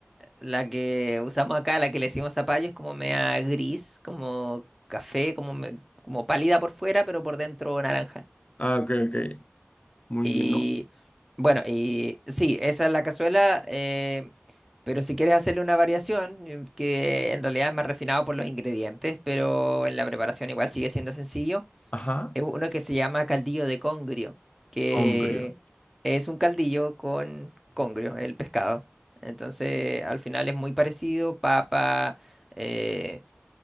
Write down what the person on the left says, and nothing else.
Ah, ok, ok, muy
bien, ¿no?
Ajá,
congrio.